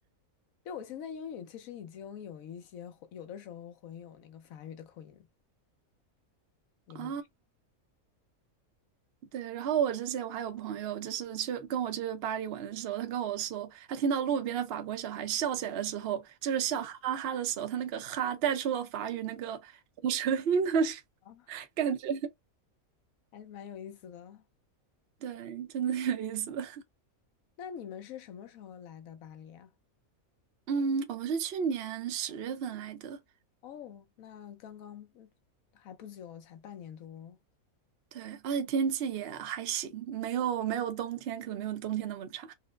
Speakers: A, on the left; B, on the right.
A: 对，我现在英语其实已经有一些混有的时候混有那个法语的口音，也蛮
B: 啊。对，然后我之前我还有朋友，就是去跟我去巴黎玩的时候，他跟我说，他听到路边的法国小孩笑起来的时候，就是笑哈哈的时候，他那个哈带出了法语那个吐舌音的声
A: <laughs>，
B: 感觉，
A: 还是蛮有意思的。
B: 对，真的挺有意思的。
A: 那你们是什么时候来的巴黎啊？
B: 嗯，我们是去年十月份来的，
A: 哦，那刚刚嗯还不久，才半年多。
B: 对，而且天气也还行，没有没有冬天，可能没有冬天那么差。